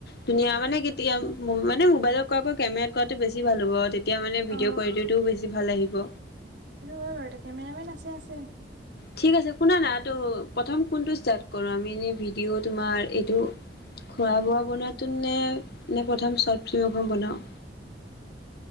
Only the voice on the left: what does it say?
ধুনীয়া মানে কেতিয়া মানে মোবাইলত কৰা কেমেৰাত কৰাটো বেছি ভাল হ'ব তেতিয়া মানে ভিডিঅ'
কোৱালিটিটোও বেছি ভাল আহিব
ঠিক আছে শুনা নাই তো প্ৰথম কোনটো ষ্টাৰ্ট কৰোঁ আমি এনেই ভিডিঅ' তোমাৰ এইটো খোৱা বোৱা বনোৱাতোত নে নে প্ৰথম চৰ্ট ফিল্ম এখন বনাওঁ